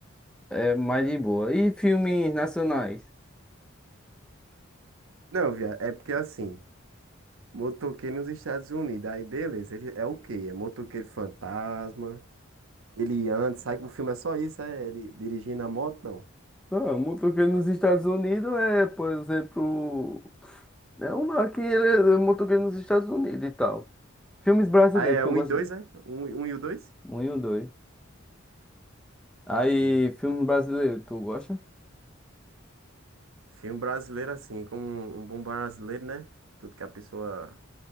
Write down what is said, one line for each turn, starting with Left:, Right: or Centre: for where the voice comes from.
Centre: é mais de boa. E filmes nacionais?
Right: Não, viado, é porque assim, Motoqueiro nos Estados Unidos. Aí, beleza. Ele é o quê? É motoqueiro fantasma. Ele anda, sai. O filme é só isso, é? Ele dirigindo a moto, não.
Centre: Não, o motoqueiro nos Estados Unidos é, por exemplo, é um aqui, ele é motoqueiro nos Estados Unidos e tal. Filmes brasileiros,
Right: Ah, é
Centre: tu
Right: um
Centre: gosta?
Right: e dois,
Centre: de-
Right: é? Um, um e o dois?
Centre: Muito doido. Aí,
Right: Sim.
Centre: filmes brasileiros, tu gosta?
Right: Filme brasileiro, assim, como um, um bom brasileiro, né? Tudo que a pessoa